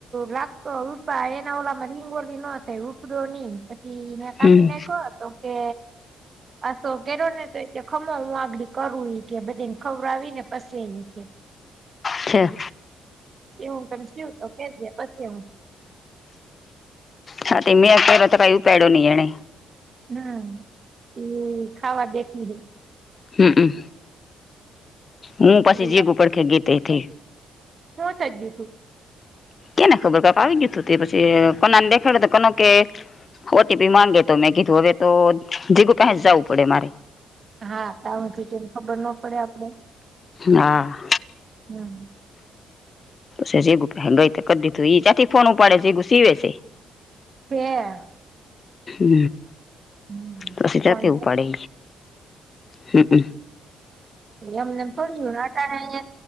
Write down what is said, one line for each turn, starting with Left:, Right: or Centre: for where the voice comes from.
Right: લ તો ઉપા એના ઓલામાં લીંગોલી ન થઈ ઉપડ ની પછી એને કાપી
Left: હમ
Right: નાખ્યો હતો તે અછો કેરો ને તો ખમો હું આગળ કરું ત બધી ને ખવર આવી ને બસ ન કે
Left: છે
Right: એવું ત જીવ તો કેજે પછી હું
Left: હા તે અત્યારે કું પેડો નહી એને
Right: હા એ ખાવા દેખી હે
Left: હમમ હું પાછી
Right: તો
Left: જગ ઉપડખે ગીતે
Right: શ શ્યું છું
Left: કે ને ખબર ક આવી ગયું તું તે પછી કોના ને દેખાડ કોનો કે ઓટીપી માંગે તો મેં કીધું હવે તો જીગું કંસ જવું પડે મારે
Right: હા ત હજી કે ખબર ન પડે આપડે
Left: હા
Right: હમ
Left: સીું ગઈ તો કરી દીધું ઈ ચંથી ફોન ઉપાડે સગું સીવે છે
Right: હ
Left: હ
Right: હમ
Left: તોછી જા
Right: ફોન
Left: તેવું પડે હ હ
Right: એ એમને ભ્યું ને અટાણે